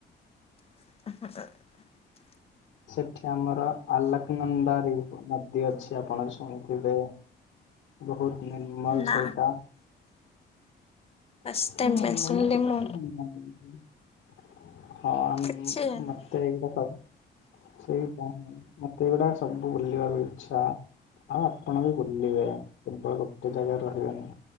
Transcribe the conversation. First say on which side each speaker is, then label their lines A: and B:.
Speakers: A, on the left; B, on the left.
A: <unintelligible>
B: ସେଠି ଆମର, ଆଲୋକନନ୍ଦାରି ନଦୀ ଅଛି ଆପଣ ଶୁଣିଥିବେ? ବହୁତ ନିର୍ମଳ
A: ନା
B: ସେଇଟା।
A: ଫାଷ୍ଟ
B: ହୁଁ
A: ଟାଇମ୍ ପାଇଁ ଶୁଣିଲି ମୁଁ
B: <unintelligible> ହଁ ଆ
A: କିଛି ଜାଣିନି।
B: ମତେ ଏଇଗୁଡା ସବୁ ସେଇ ତ ମତେ ଏଗୁଡା ସବୁ ବୁଲିବାକୁ ଇଚ୍ଛା। ଆଉ ଆପଣ ବି ବୁଲିବେ, କେବଳ ଗୋଟେ ଜାଗାରେ ରହିବେନି।